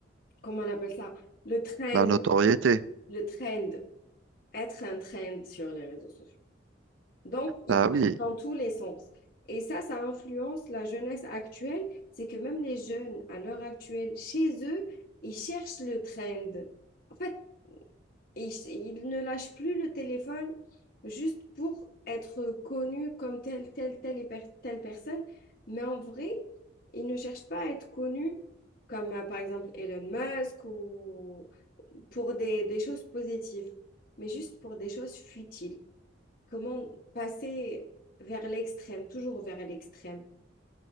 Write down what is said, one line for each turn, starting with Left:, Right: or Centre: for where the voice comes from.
Left: comment on appelle ça? Le trend,
Right: la notoriété.
Left: le trend, être un trend sur les réseaux sociaux. Donc, ils
Right: Bah
Left: partent
Right: oui,
Left: dans tous les sens. Et ça, ça influence la jeunesse actuelle. C'est que même les jeunes, à l'heure actuelle, chez eux, ils cherchent le trend. En fait, ils, ils ne lâchent plus le téléphone juste pour être connus comme telle, telle, telle et per- telle personne. Mais en vrai, ils ne cherchent pas à être connus comme, euh, par exemple, Elon Musk ou pour des, des choses positives, mais juste pour des choses futiles. Comment passer vers l'extrême, toujours vers l'extrême.